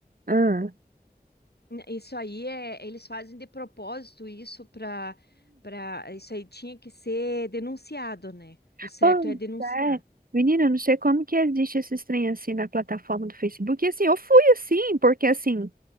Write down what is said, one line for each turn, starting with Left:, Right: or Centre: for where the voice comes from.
Right: Ah.
Left: isso aí é, eles fazem de propósito isso para para isso aí tinha que ser denunciado, né? O certo
Right: Pois
Left: é denunciar.
Right: é. Menina, eu não sei como que existe esse trem assim na plataforma do Facebook. E assim, eu fui assim, porque assim,